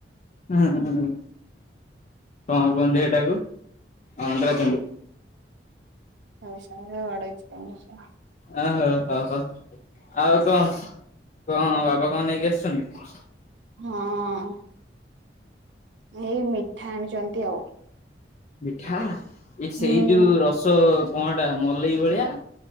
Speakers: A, on the left; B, on the right.
A: ଉଁ ହୁଁ ହୁଁ କଣ କୁହନ୍ତି ହେଟାକୁ ଅଣ୍ଡ୍ରା ଚଣ୍ଡି।
B: ହଉଡପ <unintelligible>
A: ଓହୋ ହୋ ହଉ ଆଉ କଣ କଣ ବାବା କଣ ନେଇକି ଆସିଛନ୍ତି।
B: ହଁ। ହେଇ ମିଠା ଆଣିଚନ୍ତି ଆଉ।
A: ମିଠା ଏ
B: ହୁଁ।
A: ସେଇ ଯୋଉ ରସ କଣ ଟା ମଲେଇ ଭଳିଆ।